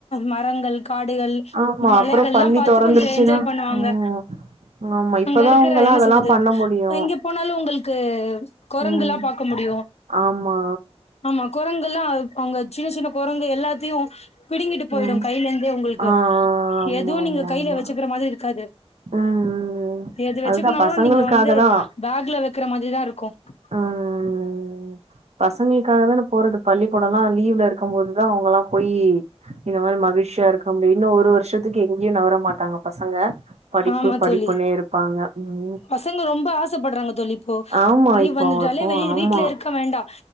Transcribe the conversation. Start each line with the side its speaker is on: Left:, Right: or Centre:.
Left: மரங்கள் காடுகள்
Right: ஆமா
Left: மலைகள்லா
Right: அப்புறோ பள்ளி
Left: பாத்து
Right: தொறந்துருச்சுன்னா
Left: கொஞ்சோ என்ஜாய் பண்ணுவாங்க
Right: ம் ஆமா இப்பதா
Left: அங்க இருக்குற
Right: அவங்கல்லா
Left: என்ன
Right: அதெல்லா
Left: சொல்றது
Right: பண்ண முடியு
Left: எங்க போனாலு ஒங்களுக்கு கொரங்கெல்லா
Right: ம்
Left: பாக்க முடியு
Right: ஆமா
Left: ஆமா கொரங்கெல்லா அவுங்க சின்ன சின்ன கொரங்கு எல்லாத்தையு பிடுங்கிட்டு போயிடு
Right: ம்
Left: கையில இருந்து ஒங்களுக்கு
Right: ஆ ஆமா
Left: எதுவு நீங்க
Right: ஆமா
Left: கையில
Right: ஆமா
Left: வெச்சுக்குற மாரி இருக்காது
Right: ம் ம்
Left: எது வெச்சுக்கனாலு
Right: அதுதா பசங்களுக்காக
Left: நீங்க வந்து
Right: தா
Left: பேக்ல வெக்குற மாரிதா இருக்கு <inaudible>
Right: ம் பசங்களுக்காக தான போறது பள்ளிக்கூடோ எல்லா லீவ்ல இருக்கும் போதுதா அவுங்களா போயி இந்த மாரி மகிழ்ச்சியா இருக்க முடியு இன்ன ஒரு வருஷத்துக்கு எங்கேயு நகர மாட்டாங்க பசங்க படிப்பு
Left: ஆமா
Right: படிப்புன்னே
Left: தோழி
Right: இருப்பாங்க ம்
Left: பசங்க ரொம்ப ஆசைப்படுறாங்க தோழி ப்போ
Right: ஆமா
Left: லீவ்
Right: இப்போ
Left: வந்துட்டாலே
Right: இப்போ
Left: வெயி
Right: ஆமா
Left: வீட்ல இருக்க வேண்டா